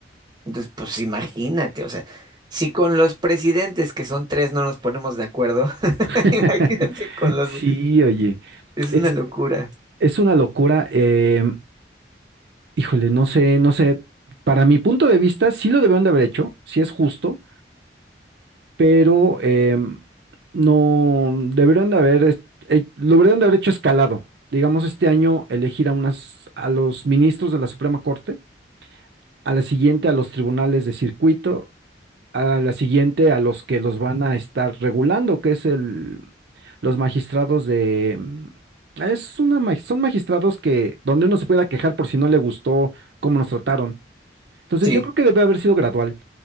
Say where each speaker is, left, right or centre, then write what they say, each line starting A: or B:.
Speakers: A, on the right; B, on the right.
A: Entonces, pues imagínate, o sea, si con los presidentes, que son tres, no nos ponemos de acuerdo, <laughs>
B: <laughs>
A: imagínate con los,
B: sí, oye,
A: es
B: es,
A: una locura.
B: es una locura. eh, híjole, no sé, no sé, para mi punto de vista sí lo debieron de haber hecho, sí es justo, pero eh, no, deberían de haber, es- eh, lo deberían de haber hecho escalado. Digamos, este año elegir a unas, a los ministros de la Suprema Corte, a la siguiente a los tribunales de circuito a la siguiente a los que los van a estar regulando, que es el, los magistrados de... mm, Es una, ma- son magistrados que, donde uno se pueda quejar por si no le gustó cómo nos trataron. Entonces
A: Sí,
B: yo creo que debe haber sido gradual,